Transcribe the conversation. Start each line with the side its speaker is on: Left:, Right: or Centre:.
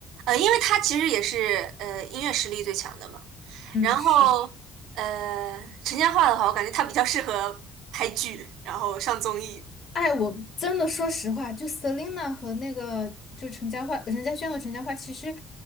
Right: 呃，因为他其实也是呃音乐实力最强的嘛。然后呃，
Left: 嗯，是。
Right: 陈嘉桦的话，我感觉他比较适合拍剧，然后上综艺。
Left: 哎，我真的说实话，就 Selina 和那个就陈嘉桦、陈嘉轩和陈嘉桦，其实